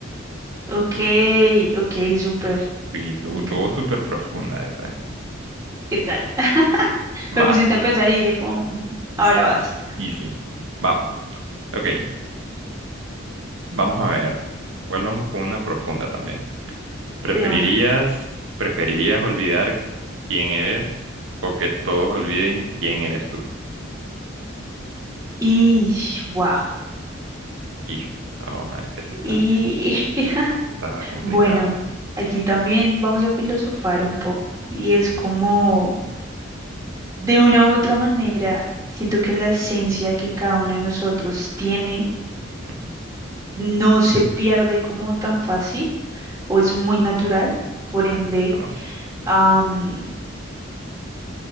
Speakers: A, on the right; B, on the right.
A: Okay, okay, súper.
B: Y tuvo,
A: Me encanta.
B: tuvo súper profunda esa.
A: ¿Qué tal? <laughs> Me
B: Va,
A: pusiste a pensar y dije como, "Ujú,
B: sí,
A: ahora vas.
B: y sí. Va, ok, vamos a ver. Igual vamos con una profunda también. ¿Preferirías,
A: De una.
B: preferirías olvidar quién eres o que todos olviden quién eres tú?
A: Y wow.
B: Y, vamos a ver, esa está,
A: Y <laughs>
B: está complicada,
A: bueno,
B: ¿eh?
A: aquí también vamos a filosofar un poco. Y es como, de una u otra manera, siento que la esencia que cada uno de nosotros tiene
B: Ujú,
A: no se pierde como tan fácil o es muy natural, por ende,
B: Claro,
A: am,